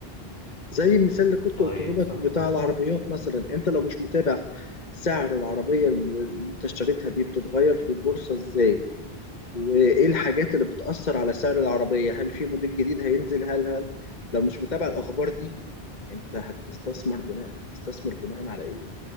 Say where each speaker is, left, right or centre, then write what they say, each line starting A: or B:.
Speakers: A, on the left; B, on the left.
A: زي المثال اللي كنت
B: طيب
A: قلته لك
B: صح
A: بتاع
B: كده
A: العربيات مثلا انت لو مش متابع سعر العربية اللي انت اشتريتها دي بتتغير في البورصة ازاي وايه الحاجات اللي بتأثر على سعر العربية هل في موديل جديد هينزل هل هل لو مش متابع الأخبار دي انت هتستثمر بناء هتستثمر بناء على ايه